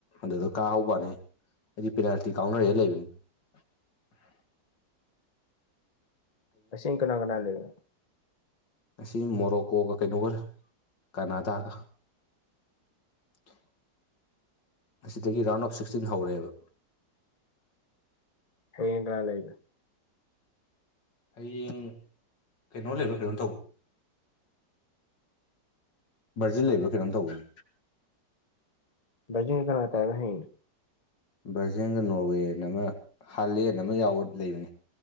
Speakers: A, on the left; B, on the left.
A: ꯑꯗꯨꯗ ꯀꯥꯍꯧꯕꯅꯤ ꯍꯥꯏꯗꯤ ꯄꯦꯅꯥꯜꯇꯤ ꯀꯥꯎꯅꯔꯦ ꯂꯩꯕꯅꯤ
B: ꯑꯁꯤꯡ ꯀꯅꯥꯒꯅ ꯂꯩ
A: ꯑꯁꯤ ꯃꯣꯔꯣꯀꯣꯒ ꯀꯩꯅꯣ ꯑꯣꯏꯔ ꯀꯅꯥꯗꯥꯒ <unintelligible> ꯑꯁꯤꯗꯒꯤ ꯔꯥꯎꯟ ꯑꯣꯞ ꯁꯤꯛꯁꯇꯤꯟ ꯍꯧꯔꯦꯕ
B: ꯍꯌꯦꯡ ꯀꯥ ꯂꯩꯕ
A: ꯍꯌꯦꯡ ꯀꯩꯅꯣ ꯂꯩꯔꯣ ꯀꯩꯅꯣ ꯇꯧꯕ ꯕꯔꯖꯤꯜ ꯂꯩꯕ ꯀꯩꯅꯣꯝ ꯇꯧꯕꯒꯦ
B: ꯕꯖꯤꯡ ꯀꯅꯥ ꯇꯦ ꯍꯤꯟ
A: ꯕ꯭ꯔꯔꯖꯤꯜꯒ ꯅꯣꯔꯋꯦ ꯑꯃ ꯍꯥꯂꯦꯟ ꯑꯃ ꯌꯥꯎꯕ ꯂꯩꯕꯅꯤ